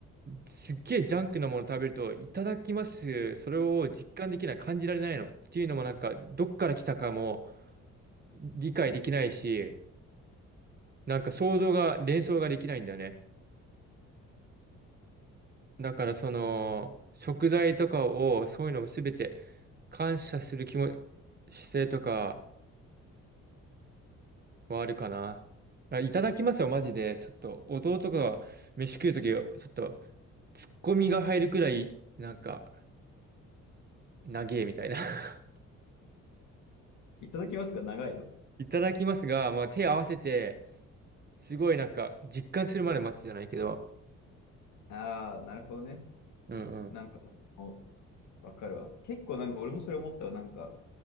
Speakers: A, on the right; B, on the left.
A: すっげえジャンクなもの食べると、いただきます、それを実感できない、感じられないのっていうのもなんか、どっから来たかも理解できないし、なんか想像が、連想ができないんだよね。だからその、食材とかを、そういうのもすべて感謝する気も、姿勢とかはあるかな。あいただきますよ、マジで。ちょっと、弟が飯食うとき、ちょっと、ツッコミが入るくらい、なんか、長えみたいな。<laughs>
B: いただきますが長いの。
A: いただきますが、まあ、手合わせて、すごいなんか、実感するまで待つじゃないけど。
B: ああ、なるほどね。
A: うん
B: なんか、そのわかるわ。結構なんか俺もそれ思ったら、なんか、